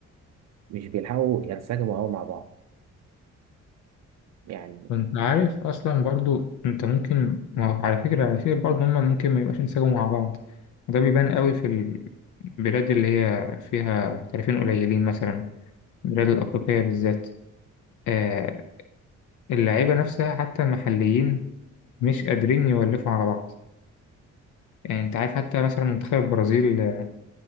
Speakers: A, on the right; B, on the left.
A: مش بيلحقوا ينسجموا قوي مع بعض يعني
B: وانت عارف اصلا برضو انت ممكن ما هو على فكره على فكره برضو هما ممكن ما يبقاش انسجموا مع بعض وده بيبان قوي في البلاد اللي هي فيها محترفين قليلين مثلا البلاد الافريقيه بالذات آه اللعيبه نفسها حتى المحليين مش قادرين يولفوا على بعض يعني انت عارف حتى مثلا منتخب البرازيل آه،